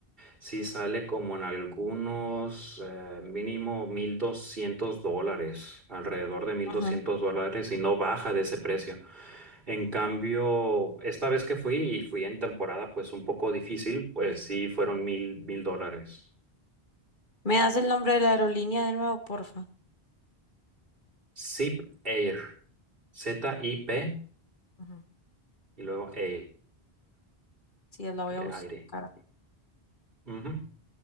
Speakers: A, on the right (about 60°); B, on the left (about 50°).
A: Sí, sale como en algunos eh, mínimo 1.200 dólares, alrededor de mil
B: Ajá.
A: doscientos dólares y no baja de ese precio. En cambio, esta vez que fui y fui en temporada pues un poco difícil, pues sí fueron mil mil dólares.
B: ¿Me das el nombre de la aerolínea de nuevo, porfa?
A: Zip Air, Z-I-P
B: Ajá.
A: y luego Air,
B: Sí, la voy
A: de
B: a buscar.
A: aire. Ujú.